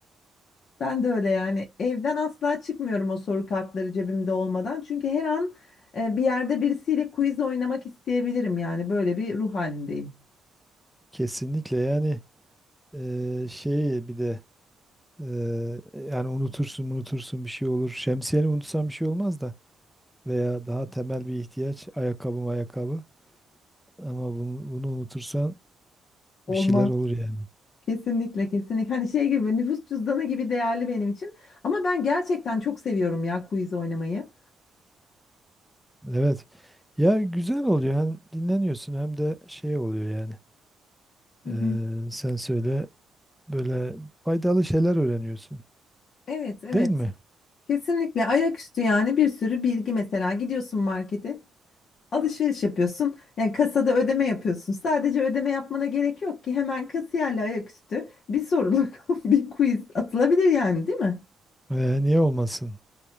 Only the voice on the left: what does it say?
Ben de öyle yani evden asla çıkmıyorum o soru kartları cebimde olmadan. Çünkü her an e, bir yerde birisiyle quiz oynamak isteyebilirim yani böyle bir ruh halindeyim.
Olmaz.
Kesinlikle kesinlikle. Hani şey gibi nüfus cüzdanı gibi değerli benim için. Ama ben gerçekten çok seviyorum ya quiz oynamayı.
Hı
hı.
Evet, evet.
Kesinlikle ayaküstü yani bir sürü bilgi mesela gidiyorsun markete Alışveriş yapıyorsun. Yani kasada ödeme yapıyorsun. Sadece ödeme yapmana gerek yok ki. Hemen kasiyerle ayaküstü bir soruluk <laughs> bir quiz atılabilir yani değil mi?